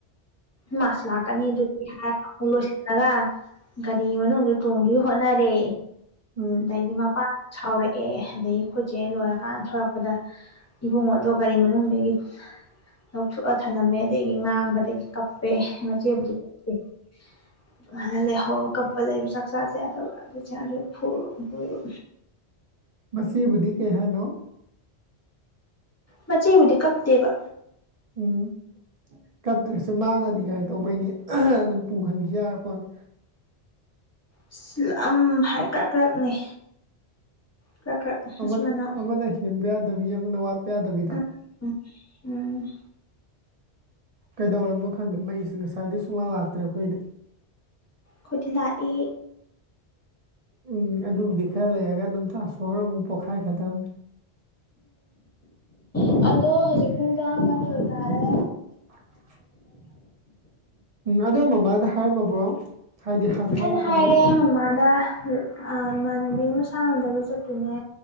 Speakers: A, on the left (about 15°); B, on the right (about 50°).
A: ꯃꯥꯁꯨ ꯂꯥꯛꯀꯅꯤ ꯑꯗꯨꯗꯤ ꯍꯥꯢꯔꯒ ꯂꯣꯏꯁꯤꯜꯂꯒ ꯒꯥꯔꯤ ꯃꯅꯨꯡꯗ ꯇꯣꯡꯗꯨꯢꯒꯤ ꯍꯣꯠꯅꯔꯦ
B: ꯎꯝ
A: ꯗꯩꯗꯤ ꯃꯄꯥꯅ ꯁꯥꯎꯔꯛꯑꯦ ꯑꯗꯩ ꯈꯣꯢ ꯆꯦ ꯂꯣꯏꯔꯀꯥꯟ ꯊꯣꯔꯛꯄꯗ ꯏꯕꯨꯡꯉꯣꯗꯣ ꯒꯥꯔꯤ ꯃꯅꯨꯡꯗꯒꯤ ꯂꯧꯊꯣꯛꯑ ꯊꯝꯅꯝꯃꯦ ꯑꯗꯒꯤ ꯉꯥꯡꯕ ꯑꯗꯒꯤ ꯀꯞꯄꯦ ꯃꯆꯦ <unintelligible>
B: <inaudible>
A: ꯑꯗꯨꯃꯥꯏꯅ ꯂꯩꯍꯧꯕ ꯀꯞꯄ ꯂꯩꯕ ꯆꯥꯛ ꯆꯁꯦ ꯌꯥꯗꯕ ꯑꯗꯨ ꯆꯗꯦꯅ ꯐꯨꯔ ꯄꯨꯒꯤꯕ
B: ꯃꯆꯦꯕꯨꯗꯤ ꯀꯩ ꯍꯥꯏꯅꯣ
A: ꯃꯆꯦꯕꯨꯗꯤ ꯀꯞꯇꯦꯕ
B: ꯎꯝ ꯀꯞꯇ꯭ꯔꯁꯨ ꯃꯥꯅ ꯅꯤꯉꯥꯏ ꯇꯧꯕꯩꯅꯤ ꯑꯗꯨꯝ ꯄꯨꯍꯟꯈꯤ ꯌꯥꯔꯄꯣꯠꯅꯦ
A: ꯑꯁ ꯂꯝ ꯍꯥꯏ ꯀ꯭ꯔꯛ ꯀ꯭ꯔꯛꯅꯤ ꯀ꯭ꯔꯛ ꯀ꯭ꯔꯛ
B: ꯑꯃꯅ
A: ꯃꯆꯤꯟ ꯃꯅꯥꯎ
B: ꯑꯃꯅ ꯍꯦꯟꯕ ꯌꯥꯗꯕꯤ ꯑꯃꯅ ꯋꯥꯠꯄ ꯌꯥꯗꯕꯤꯗꯣ
A: ꯎꯝ ꯎꯝ
B: ꯀꯩꯗꯧꯔꯝꯅꯣ ꯈꯪꯗꯦ ꯃꯩꯁꯦ ꯉꯁꯥꯏꯗꯩ ꯁꯨꯡꯂꯥꯛ ꯂꯥꯛꯇ꯭ꯔꯦ ꯑꯈꯣꯏꯗꯤ
A: ꯈꯣꯢꯗꯤ ꯂꯥꯛꯢ
B: ꯎꯝ ꯑꯗꯨꯕꯨꯗꯤ ꯈꯔ ꯂꯩꯔꯒ ꯑꯗꯨꯝ ꯇ꯭ꯔꯥꯟꯁꯄꯣꯃꯔ ꯑꯃꯨꯛ ꯄꯣꯈꯥꯏꯒ꯭ꯔꯗꯝꯅꯤ
A: ꯎꯝ ꯑꯗꯣ ꯍꯧꯖꯤꯛ ꯄꯨꯡ ꯇꯔꯥꯃꯊꯣꯏ ꯇꯔꯦ
B: <inaudible> ꯎꯝ ꯑꯗꯣ ꯃꯃꯥꯗ ꯍꯥꯏꯔꯝꯃꯕ꯭ꯔꯣ ꯍꯥꯏꯗꯤ ꯍꯥꯟꯅ
A: ꯉꯁꯥꯢꯅ
B: ꯍꯥꯏꯈ꯭ꯔꯕꯣ
A: ꯍꯥꯏꯔꯦ ꯃꯃꯥꯗ ꯑꯥ ꯏꯃꯥꯟꯅꯕꯤ ꯃꯁꯥ ꯉꯝꯗꯕ ꯆꯠꯇꯨꯢꯅꯦ